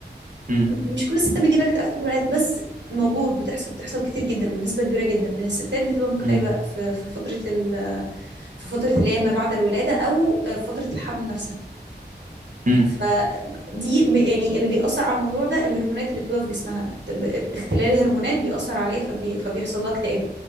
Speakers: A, on the right; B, on the right.
A: مم،
B: مش كل الستات بيجي لها اكتئاب في الولاده بس موجود بتحصل بتحصل كتير جدا ونسبه كبيره جدا من الستات بتبقى مكتئبه
A: مم،
B: في في فتره ال... في فتره اللي هي ما بعد الولاده او آه، في فتره الحمل نفسها
A: مم،
B: فدي ب- يعني اللي بيأثر على الموضوع ده الهرمونات اللي بتبقى في جسمها بت... ب- اختلال هرمونات بيأثر عليها فبي... فبيحصل لها اكتئاب